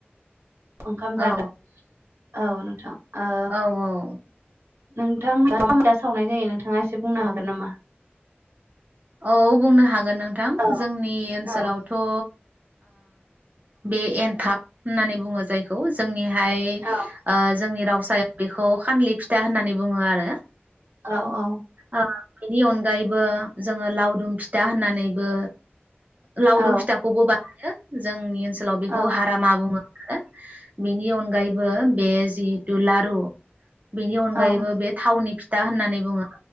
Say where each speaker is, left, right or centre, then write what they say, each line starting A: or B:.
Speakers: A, on the right; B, on the right.
A: ओंखाम जानो
B: औ
A: औ नोंथां ओ
B: औ औ
A: नोंथां मोना मा मा फिथा सावनाय जायो नोंथाङा एसे बुंनो हागोन नामा
B: औ बुंनो हागोन गोन नोंथां
A: औ
B: जोंनि ओनसोलावथ'
A: औ
B: ओ बे एनथाब होननानै बुङो जायखौ जोंनि हाय ओ
A: औ
B: जोंनि रावाव हारसाया बेखौ खानलि फिथा होननानै बुङो आरो
A: औ औ
B: ओ बेनि अनगायैबो जोङो लावदुम फिथा होननानैबो लावदुम
A: औ
B: फिथाखौबो बानायो जोंनि ओनसोलाव बेखौ
A: औ
B: हार मा बुङो बेनि अनगायैबो बे जिहेतु लारु बेनि अनगायैबो
A: औ
B: बे थावनि फि था होननानै बुङो